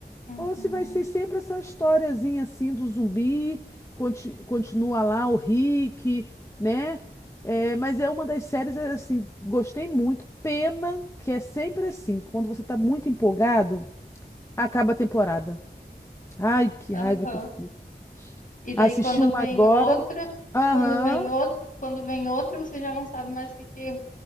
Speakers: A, on the left; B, on the left.
A: Uhum.
B: Ou se vai ser sempre essa historiazinha assim do zumbi, conti- continua lá o Rick, né? É, mas é uma das séries, é, assim, gostei muito. Pena que é sempre assim, quando você tá muito empolgado, acaba a temporada. Ai, que
A: Aham.
B: raiva que eu fico.
A: E
B: Assisti
A: daí quando
B: uma
A: vem
B: agora.
A: outra,
B: Aham.
A: quando vem outra, quando vem outra, você já não sabe mais o que, que